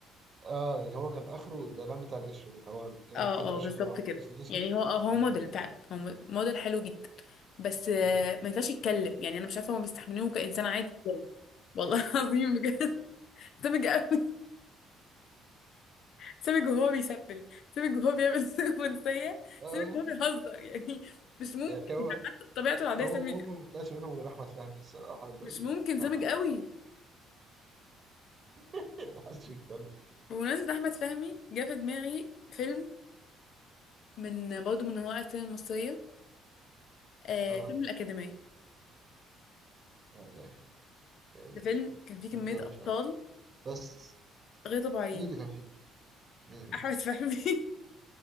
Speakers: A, on the right; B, on the left.
A: اه يعني هو كان اخره الاعلان بتاع القشره ده اللي هو بيعمل
B: اه
A: كده القشره
B: اه بالظبط
A: تقع على القميص
B: كده
A: الاسود
B: يعني هو آه، هو
A: ويعمل
B: موديل
A: كده
B: فعلا هو مو- موديل حلو جدا بس آه،
A: مم.
B: ما ينفعش يتكلم يعني انا مش عارفه هما بيستحملوه كانسان عادي ازاي والله <laughs> العظيم بجد سامج قوي سامج وهو بيسبل سامج وهو بيعمل <laughs> رومانسيه
A: اه
B: سامج وهو بيهزر يعني مش ممكن
A: يعني هو
B: يعني حتى طبيعته العاديه
A: هو
B: سامج
A: وهو
B: كده.
A: ما طلعش منهم غير احمد فهمي الصراحه الباقيين
B: مش ممكن
A: تعبانين
B: سامج قوي
A: خالص <laughs> محدش يتكلم
B: بمناسبة أحمد فهمي جه في دماغي فيلم من برضه من انواع السينما المصريه آه
A: اه
B: فيلم الاكاديميه
A: آه، لا لا لا
B: ده
A: لا
B: فيلم كان فيه
A: الفيلم
B: كميه
A: ده وحش
B: ابطال
A: قوي بس
B: غير طبيعيين
A: مين اللي كان فيه؟ مين مين؟
B: احمد فهمي <laughs>